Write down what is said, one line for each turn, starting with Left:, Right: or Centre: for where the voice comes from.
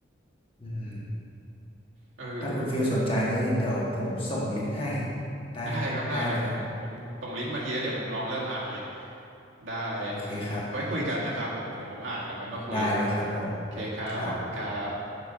Left: อืม
Right: เออ
Left: ถ้าคุณฟิลสนใจนี้เดี๋ยวผมส่งลิงก์ให้ได้ได้นะฮะ
Right: ได้ครับได้เดี๋ยวผมผมส่งลิงก์มาทีแล้วเดี๋ยวผมลองเริ่มอ่านเลยได้
Left: โอเคครับ
Right: ไว้คุยกันนะครับผมเดี๋ยวผมอ่านก่อนไว้มาคุย
Left: ได้เลยครับผม
Right: โอเคครับขอบคุณครับ
Left: ครับ